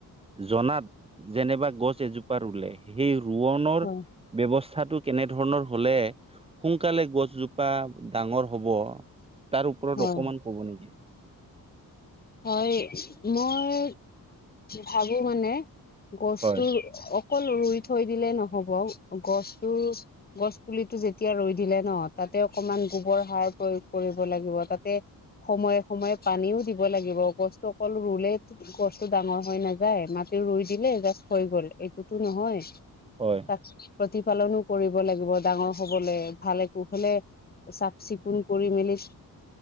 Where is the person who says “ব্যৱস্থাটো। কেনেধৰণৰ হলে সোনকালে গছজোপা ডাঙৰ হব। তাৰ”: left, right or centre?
Right